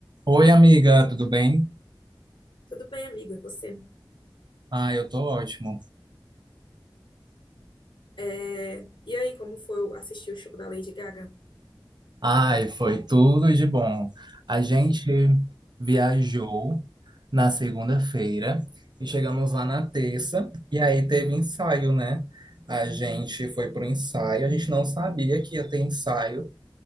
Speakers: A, on the right; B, on the left.
A: Oi, amiga, tudo bem?
B: Tudo bem, amigo, e você?
A: Ah, eu tô ótimo.
B: É, E aí, como foi assistir o show da Lady Gaga?
A: Ai, foi tudo de bom. A gente viajou na segunda-feira e chegamos lá na terça, e aí teve ensaio, né? A gente foi pro ensaio, a gente não sabia que ia ter ensaio,